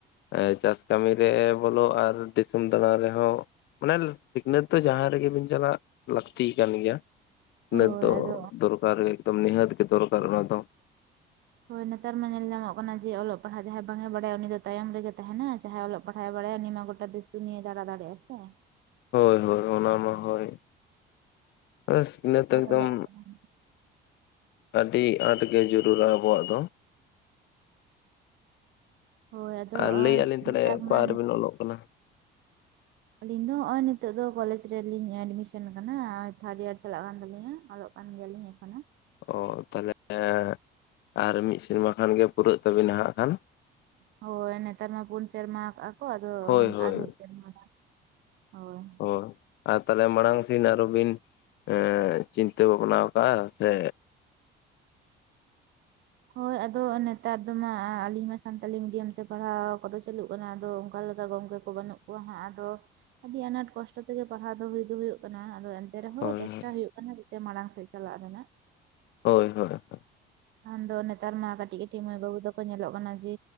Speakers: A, on the left; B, on the right.
A: ᱮᱸ ᱪᱟᱥ ᱠᱟᱹᱢᱤ ᱨᱮ ᱵᱚᱞᱚ ᱟᱨ ᱫᱤᱥᱚᱢ ᱫᱟᱬᱟᱱ ᱨᱮᱦᱚᱸ ᱢᱟᱱᱮ ᱥᱤᱠᱷᱱᱟᱹᱛ ᱫᱚ ᱡᱟᱦᱟᱸ ᱨᱮᱜᱮ ᱵᱤᱱ ᱪᱟᱞᱟᱜ ᱞᱟᱹᱠᱛᱤ ᱠᱟᱱ ᱜᱮᱭᱟ ᱾
B: ᱦᱳᱭ
A: ᱱᱤᱛᱚᱜ
B: ᱟᱫᱚ
A: ᱫᱚᱨᱠᱟᱨ ᱜᱮ ᱮᱠᱫᱚᱢ ᱱᱤᱦᱟᱹᱛ ᱜᱮ ᱫᱚᱨᱠᱟᱨ ᱚᱱᱟ ᱫᱚ ᱾
B: ᱦᱳᱭ ᱱᱮᱛᱟᱨ ᱢᱟ ᱧᱮᱞ ᱧᱟᱢᱚᱜ ᱠᱟᱱᱟ ᱡᱮ ᱚᱞᱚᱜ ᱯᱟᱲᱦᱟᱣ ᱡᱟᱦᱟᱸᱭ ᱵᱟᱝ ᱮ ᱵᱟᱰᱟᱭᱟ ᱩᱱᱤ ᱫᱚ ᱛᱟᱭᱚᱢ ᱨᱮᱜᱮ ᱛᱟᱦᱮᱸᱱᱟᱭ ᱡᱟᱦᱟᱸᱭ ᱚᱞᱚᱜ ᱯᱟᱲᱦᱟᱣᱮ ᱵᱟᱲᱟᱭᱟ ᱩᱱᱤ ᱢᱟ ᱜᱚᱴᱟ ᱫᱮᱥ ᱫᱩᱱᱤᱭᱟᱹᱭ ᱫᱟᱬᱟ ᱫᱟᱲᱮᱭᱟᱜᱼᱟ ᱥᱮ ᱾
A: ᱦᱳᱭ ᱦᱳᱭ ᱚᱱᱟ ᱢᱟ ᱦᱳᱭ ᱚᱱᱮ ᱥᱤᱠᱷᱱᱟᱹᱛ
B: ᱦᱳᱭ
A: ᱮᱠᱫᱚᱢ
B: ᱚᱞᱚᱜ ᱯᱟᱲᱦᱟᱜ
A: ᱟᱹᱰᱤ ᱟᱸᱴ ᱜᱮ ᱡᱩᱨᱩᱨᱟ ᱟᱵᱚᱣᱟᱜ ᱫᱚ ᱾
B: ᱦᱳᱭ ᱟᱫᱚ
A: ᱟᱨ ᱞᱟᱹᱭᱮᱜᱼᱟ
B: ᱚᱸ
A: ᱞᱤᱧ ᱛᱟᱞᱦᱮ
B: ᱱᱮᱛᱟᱨ
A: ᱚᱠᱟ
B: ᱢᱟ
A: ᱨᱮᱵᱤᱱ ᱚᱞᱚᱜ ᱠᱟᱱᱟ?
B: ᱟᱹᱞᱤᱧ ᱫᱚ ᱦᱚᱸᱜᱼᱚᱭ ᱱᱤᱛᱚᱜ ᱫᱚ ᱠᱚᱞᱮᱡᱽ ᱨᱮᱞᱤᱧ ᱮᱰᱢᱤᱥᱮᱱ ᱠᱟᱱᱟ ᱟᱨ ᱛᱷᱟᱨᱰ ᱤᱭᱟᱨ ᱪᱟᱞᱟᱜ ᱠᱟᱱ ᱛᱟᱹᱞᱤᱧᱟ ᱚᱞᱚᱜ ᱠᱟᱱ ᱜᱮᱭᱟᱞᱤᱧ ᱮᱠᱷᱚᱱ ᱦᱚᱸ ᱾
A: ᱚ ᱛᱟᱦᱞᱮ <unintelligible> ᱟᱨᱦᱚ ᱢᱤᱫ ᱥᱮᱨᱢᱟ ᱠᱷᱟᱱ ᱜᱮ ᱯᱩᱨᱟᱹᱜ ᱛᱟᱹᱵᱤᱱᱟ ᱦᱟᱸᱜ ᱠᱷᱟᱱ?
B: ᱦᱳᱭ ᱱᱮᱛᱟᱨ ᱢᱟ ᱯᱩᱱ ᱥᱮᱨᱢᱟ ᱠᱟᱜᱼᱟ ᱠᱚ ᱟᱫᱚ
A: ᱦᱳᱭ ᱦᱳᱭ
B: ᱟᱨ ᱢᱤᱫ ᱥᱮᱨᱢᱟ ᱜᱟᱱ ᱾ ᱦᱳᱭ ᱾
A: ᱦᱳ ᱟᱨ ᱛᱟᱦᱞᱮ ᱢᱟᱬᱟᱝ ᱥᱮᱱ ᱟᱨᱦᱚ ᱵᱤᱱ ᱮᱸ ᱪᱤᱱᱛᱟᱹ ᱵᱷᱟᱵᱽᱱᱟᱣ ᱠᱟᱜᱼᱟᱭ ᱥᱮ
B: ᱦᱳᱭ ᱟᱫᱚ ᱱᱮᱛᱟᱨ ᱫᱚ ᱢᱟ ᱟᱹᱞᱤᱧ ᱢᱟ ᱥᱟᱱᱛᱟᱞᱤ ᱢᱤᱰᱤᱭᱟᱢ ᱛᱮ ᱯᱟᱲᱦᱟᱣ ᱠᱚᱫᱚ ᱪᱟᱹᱞᱩᱜ ᱠᱟᱱᱟ ᱟᱫᱚ ᱚᱱᱠᱟ ᱞᱮᱠᱟ ᱜᱚᱝᱠᱮ ᱛᱚ ᱵᱟᱹᱱᱩᱜ ᱠᱚᱣᱟ ᱦᱟᱸᱜ ᱟᱫᱚ ᱟᱹᱰᱤ ᱟᱱᱟᱴ ᱠᱚᱥᱴᱚ ᱛᱮᱜᱮ ᱯᱟᱲᱦᱟᱣ ᱫᱚ ᱦᱩᱭ ᱫᱚ ᱦᱩᱭᱩᱜ ᱠᱟᱱᱟ ᱟᱫᱚ ᱮᱱ ᱮᱱᱛᱮ ᱨᱮᱦᱚᱸ
A: ᱦᱳᱭ
B: ᱪᱮᱥᱴᱟ ᱦᱩᱭᱩᱜ ᱠᱟᱱᱟ ᱡᱟᱛᱮ ᱢᱟᱲᱟᱝ ᱥᱮᱫ ᱪᱟᱞᱟᱜ ᱨᱮᱱᱟᱜ ᱾
A: ᱦᱳᱭ ᱦᱚ ᱾
B: ᱠᱷᱟᱱ ᱫᱚ ᱱᱮᱛᱟᱨ ᱢᱟ ᱠᱟᱹᱴᱤᱡ ᱠᱟᱹᱴᱤᱡ ᱢᱟᱹᱭ ᱵᱟᱹᱵᱩ ᱛᱟᱠᱚ ᱧᱮᱞᱚᱜ ᱠᱟᱱᱟ ᱡᱮ